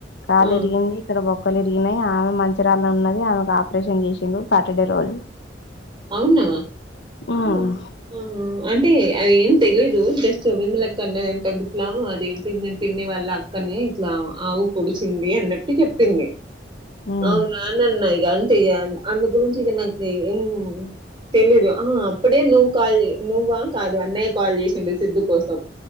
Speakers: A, on the left (about 70°); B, on the right (about 30°).
A: కాలు
B: ఆ!
A: ఇరిగింది ఇక్కడ బొ మొక్కలురిగినాయి ఆమె మంచిరాళ్ళలోనే ఉన్నది, ఆమెకు ఆపరేషన్ చేసిండ్రు సాటర్డే రోజు
B: అవునా
A: ఉమ్,
B: ఆహ అంటే అవి ఏం? తెలీదు జస్ట్ విమలక్క అన్నది అంటా గిట్లా అదేంటిను పిన్ని వాళ్ళ అక్కని ఇట్లా ఆవు పొడిచింది అన్నట్టు చెప్పింది.
A: ఉమ్,
B: అవునా అన్నన్న ఇక అంతే ఆమె గురించి ఇక నాకు ఏం తెలీదు ఆ అప్పుడే నువ్వు కాల్ నువ్వా కాదు అన్నయ్య కాల్ చేసిండు సిద్ధు కోసం